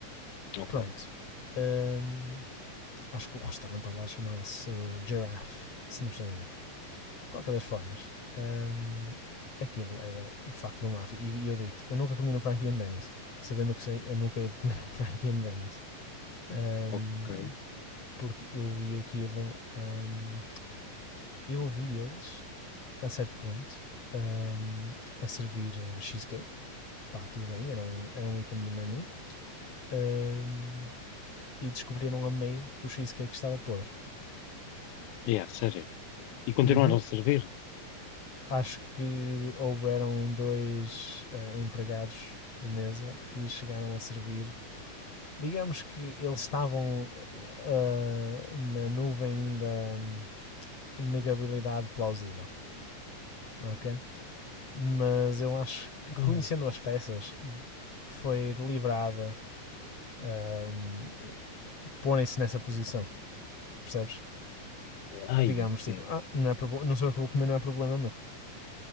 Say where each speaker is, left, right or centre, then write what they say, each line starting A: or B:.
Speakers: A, on the left (about 75°); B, on the left (about 45°).
A: ok,
B: Pronto. Hum, acho que o restaurante ao lado chamava-se o Giraffe, se não estou em erro. De qualquer das formas, hum, aquilo era de facto uma máfia. E, e eu digo-te, eu nunca comi no Frankie and Benny's. Sabendo o que sei, eu nunca hei de comer no <laughs> Frankie and Benny's. Hum,
A: ok.
B: porque eu vi aquilo, hum, eu vi eles, a certo ponto, hum, a servir eh, cheesecake. Pá, tudo bem, era um, era um item do menu. ahm, e descobriram a meio que o cheesecake estava podre.
A: É, sério. E continuaram
B: Uhum.
A: a servir?
B: Acho que houveram dois ah, empregados de mesa que chegaram a servir. Digamos que eles estavam ah, na nuvem da negabilidade plausível, ok? Mas eu acho que, conhecendo
A: Ai,
B: as peças, foi deliberada ahm, porem-se nessa posição, percebes?
A: ai,
B: Que digamos,
A: o quê?
B: tipo, ah, não, é proble- não sou eu que vou comer, não é problema meu.